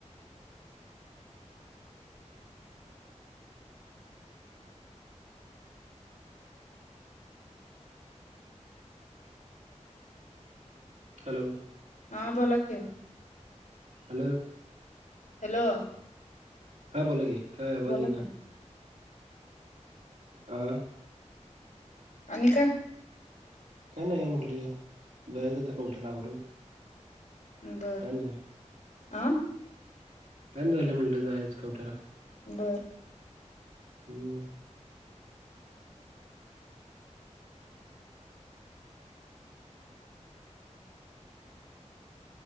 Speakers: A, on the right; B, on the left.
A: हॅलो
B: हा बोला की
A: हॅलो
B: हॅलो
A: हा बोला की. काय आवाज
B: बोला
A: यीना.
B: की.
A: आ?
B: आणि काय?
A: <inaudible>
B: आणि
A: टाइम
B: काय
A: टाईम झाले म्हटलं जायचं कवट्याला.
B: बरं
A: ऊ